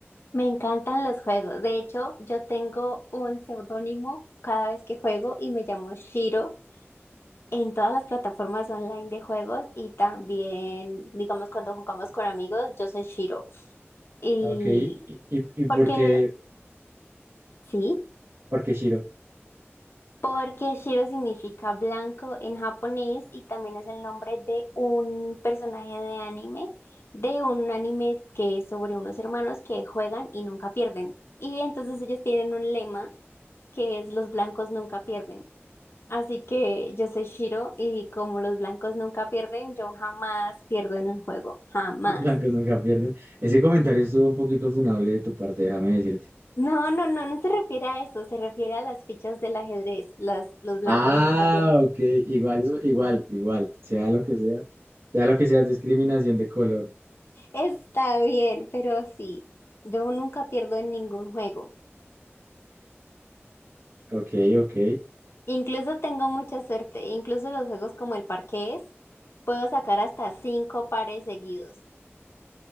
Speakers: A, on the left; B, on the right.
A: Me encantan los juegos. De hecho, yo tengo un seudónimo cada vez que juego y me llamo Shiro en todas las plataformas online de juegos y también, digamos, cuando jugamos con amigos, yo soy Shiro. Y
B: Ok, ¿y, y, y por
A: porque,
B: qué,
A: sí,
B: por qué Shiro?
A: porque Shiro significa blanco en japonés y también es el nombre de un personaje de anime, de un anime que es sobre unos hermanos que juegan y nunca pierden. Y entonces ellos tienen un lema que es los blancos nunca pierden. Así que yo soy Shiro y como los blancos nunca pierden, yo jamás pierdo en un juego, jamás.
B: <laughs> Blancos nunca pierden. Ese comentario estuvo un poquito funable de tu parte, déjame decirte.
A: No, no, no, no se refiere a eso, se refiere a las fichas del ajedrez, las, los blancos
B: Ah,
A: nunca pierden.
B: ok, igual, eso- igual, igual, sea lo que sea, sea lo que sea, es discriminación de color.
A: Está bien, pero sí, yo nunca pierdo en ningún juego.
B: Ok, ok,
A: Incluso tengo mucha suerte, incluso los juegos como el parqués, puedo sacar hasta cinco pares seguidos.